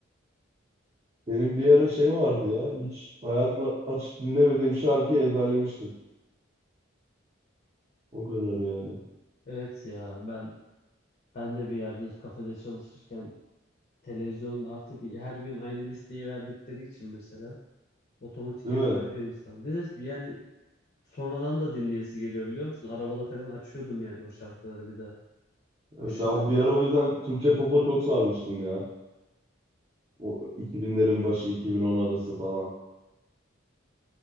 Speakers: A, on the right; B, on the left.
A: Benim bir ara şey vardı ya. Hiç hayatımda açıp dinlemediğim şarkıyı ezberlemiştim. O kadar yani.
B: Evet ya ben ben de bir yerde kafede çalışırken Televizyonda artık her gün aynı listeyi verdikleri için mesela otomatik
A: Değil
B: ezberliyor
A: mi?
B: insan. Ve de yani sonradan da dinleyesi geliyor biliyor musun? Arabada falan açıyordum yani o şarkıları bir daha. Aşılıyorlar.
A: E, Ben o- bir ara o yüzden Türkçe pop'a çok sarmıştım ya. O 2000'lerin başı 2010 arası falan.